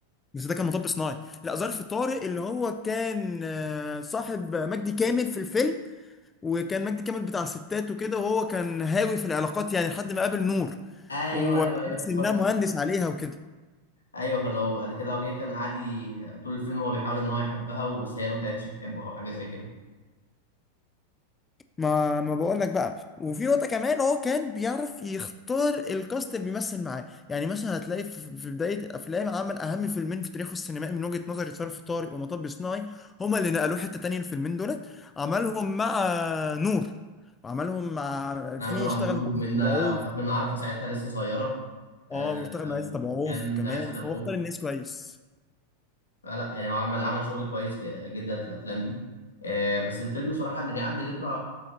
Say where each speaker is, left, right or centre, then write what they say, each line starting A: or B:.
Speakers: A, on the left; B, on the left.
A: بس ده كان مطب صناعي لا ظرف طارق اللي هو كان آه، صاحب مجدي كامل في الفيلم وكان مجدي كامل بتاع ستات وكده وهو كان هاوي في العلاقات يعني لحد ما قابل نور
B: ايوه
A: وحس
B: ايوه ايوه افتكرت
A: انها مهندس عليها وكده
B: ايوه فلو بعد كده هو جاي كان قاعد ي- طول الفيلم هو بيحاول ان هو يحبها وبس هي ما كانتش بتحبه او حاجه زي كده
A: ما ما بقول لك بقى وفي نقطة كمان هو كان بيعرف يختار الكاست اللي بيمثل معاه يعني مثلا هتلاقي في في بداية الافلام عمل اهم فيلمين في تاريخه السينمائي من وجهة نظري ظرف طارق ومطب صناعي هما اللي نقلوه حتة تانية الفيلمين دولت عملهم مع نور وعملهم مع
B: كان
A: في
B: عماله مع
A: اشتغل
B: نور ومنى
A: مع عز تبعوف
B: وكانت منى عارفه ساعتها لسه صغيره آه،
A: اه واشتغل مع عز تبعوف
B: وكان
A: كمان
B: عايز اتابعه
A: فهو اختار
B: ف-
A: الناس كويس
B: فلا يعني هو عمل عمل شغل كويس ج- جدا في الافلام دي آه، بس الفيلم صراحه اللي ليه عندي ذكرى